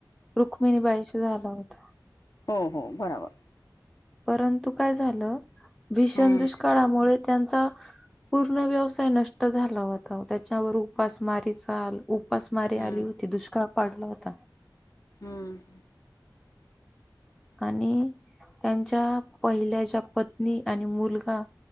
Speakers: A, in the centre; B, on the left (about 50°).
A: रुक्मिणी बाईशी झाला होता.
B: हो हो बराबर
A: परंतु काय झालं, भीषण
B: हम्म
A: दुष्काळामुळे त्यांचा, पूर्ण व्यवसाय नष्ट झाला होता त्याच्यावर उपासमारीच ल उपासमारी
B: हम्म
A: आली होती दुष्काळ पाडला होता.
B: हम
A: आणि त्यांच्या पहिल्या ज्या पत्नी आणि मुलगा